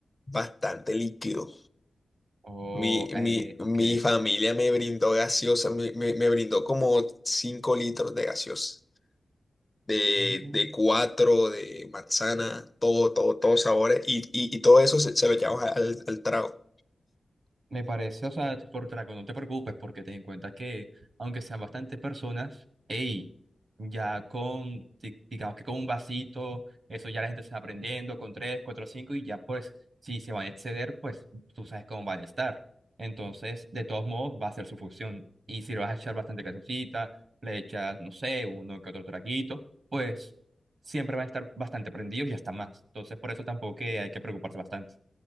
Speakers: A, on the left; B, on the right.
A: bastante líquido.
B: Oh,
A: Mi,
B: eh,
A: mi, mi
B: ok.
A: familia me brindó gaseosa, me, me- me brindó como 5 litros de gaseosa, de,
B: Mm.
A: de cuatro, de manzana, todo, todo, todos sabores, y, y, y todo eso se, se lo llevamos al, al trago.
B: Me parece, o sea, por traco, no te preocupes porque ten en cuenta que, aunque sean bastantes personas, hey, ya con, di- digamos que con un vasito, eso ya la gente se va aprendiendo, con tres, cuatro, cinco, y ya pues, si se van a exceder, pues tú sabes cómo van a estar. Entonces, de todos modos, va a ser su fusión. Y si le vas a echar bastante calzoncita, le echas, no sé, uno que otro traguito, pues siempre van a estar bastante prendidos y hasta más. Entonces, por eso tampoco que hay que preocuparse bastante.